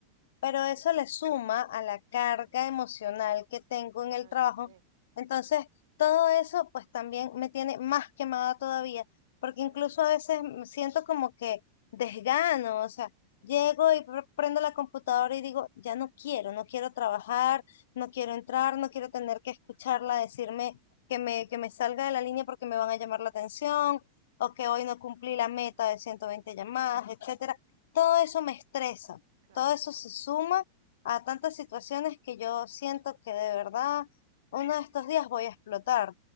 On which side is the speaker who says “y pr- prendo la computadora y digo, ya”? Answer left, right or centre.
Left